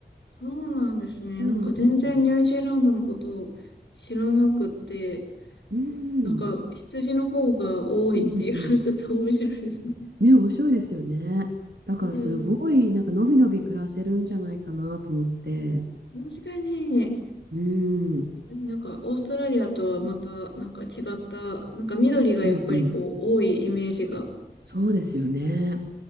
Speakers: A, on the left; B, on the right.
A: そうなんですね。
B: そうなんですよ。
A: なんか全然ニュージーランドのことを知らなくて。
B: うん。
A: でもなんか、
B: うん
A: 羊の方が多いっていうのはちょっと面白いですね。
B: うんうん。ね、面白いですよね。だからすごい、
A: うん。
B: なんかのびのび暮らせるんじゃないかなと思って。
A: 確かに、
B: うん。
A: なんか、オーストラリアとはまた、なんか違った、なんか緑がやっぱりこう、
B: うんうん。
A: 多いイメージがあ
B: そうですよね。
A: りますけど。